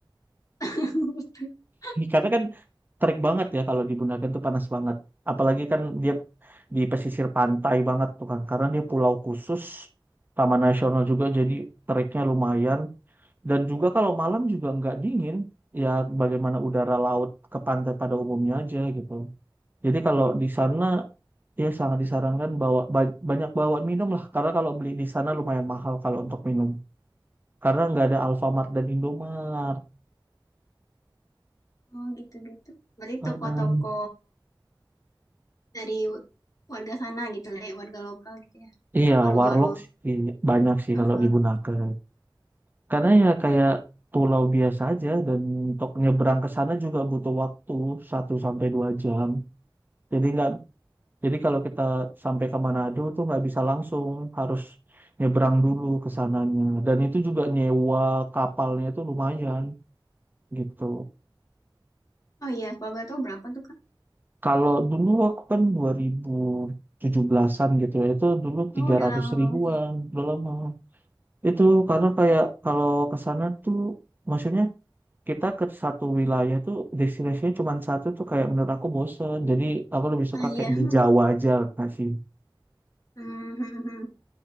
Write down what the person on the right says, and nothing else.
<laughs> Karena kan terik banget ya kalau di Bunaken tuh panas banget. Apalagi kan dia di pesisir pantai banget tuh kan. Karena dia pulau khusus, taman nasional juga jadi teriknya lumayan. Dan juga kalau malam juga nggak dingin, ya bagaimana udara laut ke pantai pada umumnya aja gitu. Jadi kalau di sana ya sangat disarankan bawa ba- banyak bawa minum lah, karena kalau beli di sana lumayan mahal kalau untuk minum, karena nggak ada Alfamart dan Indomart.
Mm-mm.
Iya,
Warlock sih banyak sih
kalau
di Bunaken. Karena ya kayak pulau biasa aja dan untuk nyebrang ke sana juga butuh waktu satu sampai 2 jam. Jadi nggak Jadi kalau kita sampai ke Manado tuh nggak bisa langsung, harus nyebrang dulu ke sananya. Dan itu juga nyewa kapalnya itu lumayan gitu.
Kalau dulu aku kan 2017-an gitu ya, itu dulu tiga
ratus
ribuan,
udah lama. Itu karena kayak kalau ke sana tuh, maksudnya kita ke satu wilayah tuh destinasinya cuma satu tuh kayak menurut aku bosen. Jadi aku lebih
suka
kayak di
Jawa aja nggak sih?